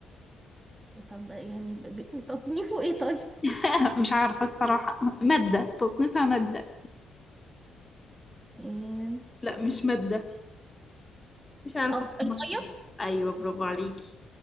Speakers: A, on the right (about 20°); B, on the left (about 15°).
A: طب يعني ب... ب... تصنيفه ايه طيب
B: <laughs> مش عارفة الصراحة مادة تصنيفها مادة
A: إيه...
B: لا مش مادة مش عارفة
A: اه
B: أقيمها.
A: الميه
B: ايوه برافو عليكي